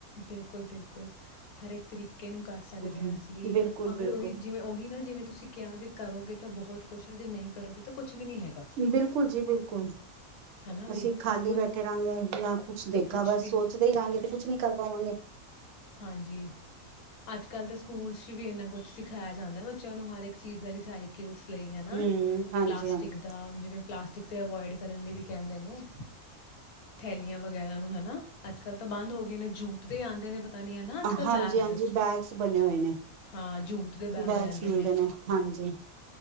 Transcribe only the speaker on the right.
ਬਿਲਕੁਲ-ਬਿਲਕੁਲ,
ਬਿਲਕੁਲ
ਬਿਲਕੁਲ ਜੀ ਬਿਲਕੁਲ,
ਅਸੀਂ ਖਾਲੀ
ਬੈਠੇ ਰਹਾਂਗੇ ਜਾਂ ਕੁਝ ਦੇਗਾ
ਬਸ
ਸੋਚਦੇ ਹੀ ਰਹਾਂਗੇ ਤੇ ਕੁਝ ਨਹੀਂ ਕਰ ਪਾਵਾਂਗੇ।
ਹੂੰ, ਹਾਂਜੀ-ਹਾਂਜੀ।
ਹਾਂਜੀ
ਹਾਂਜੀ ਬੈਗਸ ਬਣੇ ਹੋਏ ਨੇ
ਬੈਗਸ
ਮਿਲਦੇ ਨੇ ਹਾਂਜੀ।